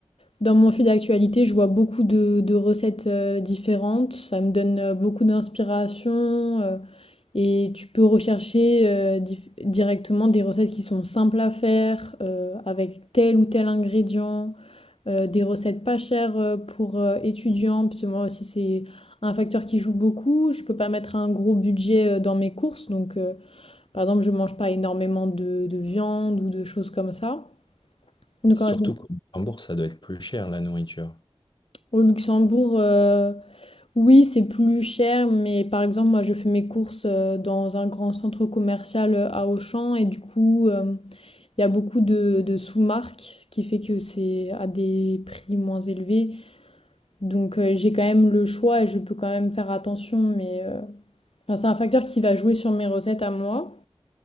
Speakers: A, on the left; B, on the left.
A: dans mon fil d'actualité, je vois beaucoup de, de recettes euh, différentes. Ça me donne euh, beaucoup d'inspiration. euh, Et tu peux rechercher euh, dif- directement des recettes qui sont simples à faire, euh, avec tel ou tel ingrédient, euh, des recettes pas chères euh, pour euh, étudiants, parce que moi aussi c'est un facteur qui joue beaucoup. Je peux pas mettre un gros budget euh, dans mes courses, donc euh, par exemple je mange pas énormément de, de viande ou de choses comme ça. Donc
B: Surtout
A: en général,
B: qu'en bourse, ça doit être plus cher la nourriture.
A: au Luxembourg, euh, oui c'est plus cher, mais par exemple moi je fais mes courses euh, dans un grand centre commercial euh, à Auchan et du coup... euh, Il y a beaucoup de, de sous-marques, ce qui fait que c'est à des prix moins élevés. Donc euh, j'ai quand même le choix et je peux quand même faire attention, mais euh, enfin, c'est un facteur qui va jouer sur mes recettes à moi.